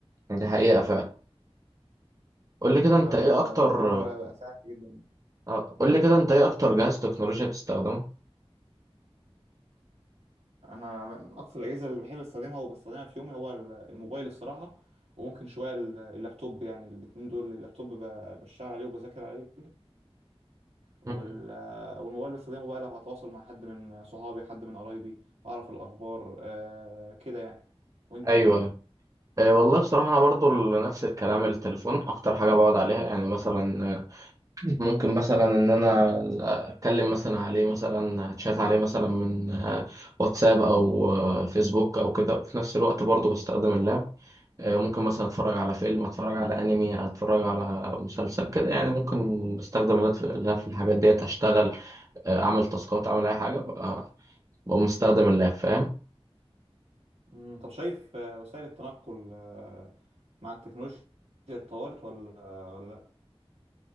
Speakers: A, on the right; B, on the right.
A: دي حقيقة فعلا قول لي كده أنت
B: فالحوار
A: إيه أكتر
B: بقى سهل جدا يعني.
A: آه، قول لي كده أنت إيه أكتر جهاز تكنولوجيا بتستخدمه؟
B: انا من اكتر الاجهزة اللي بحب استخدمها وبستخدمها في يومي هو ال- الموبايل الصراحة وممكن شوية ال- اللابتوب يعني الاتنين دول اللابتوب ب- بشتغل عليه وبذاكر عليه وال...
A: مم.
B: والموبايل بستخدمه بقى لو هتواصل مع حد من صحابي حد من قرايبي اعرف الاخبار آه كده يعني وانت
A: أيوه أيوه آه، والله بصراحة أنا برضه ال- نفس الكلام التليفون أكتر حاجة بقعد عليها يعني مثلا آه، ممكن مثلا إن أنا أتكلم مثلا عليه مثلا أتشات عليه مثلا من آه، واتساب أو آه، فيسبوك أو كده وفي نفس الوقت برضه بستخدم اللاب آه، ممكن مثلا اتفرج على فيلم اتفرج على انمي اتفرج على مسلسل كده يعني ممكن بستخدم اللاب في اللاب في الحاجات ديت اشتغل آه، اعمل تاسكات اعمل اي حاجه بقى بقوم مستخدم اللاب فاهم
B: مم، طب شايف آه، وسائل التنقل آه مع التكنولوجيا اتطورت ولا ولا لا